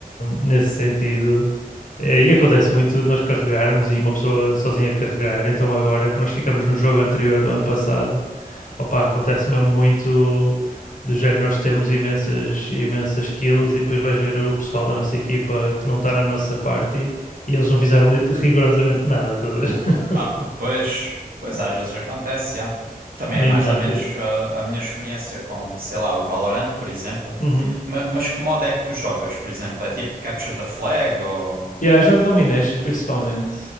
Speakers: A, on the left; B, on the right.
A: nesse sentido. Eh, E acontece muito de nós carregarmos e uma pessoa sozinha carregar. Então, agora que nós ficamos no jogo anterior do ano passado, opa, acontece mesmo muito do género nós termos imensas, imensas kills e depois vais ver o pessoal
B: Aham.
A: da nossa equipa que não está na nossa party e eles não fizeram rigorosamente nada, estás a ver? <laughs>
B: Ah, pois. Pois às vezes acontece, yeah. Também
A: Nem
B: é mais
A: dá
B: ou menos
A: tempo.
B: ah, a minha experiência com, sei lá, o Valorant, por exemplo.
A: Uhum.
B: Ma- Mas, que modo é que tu jogas, por exemplo? É tipo Capture the Flag ou.
A: E Yeah, jogo Domination principalmente.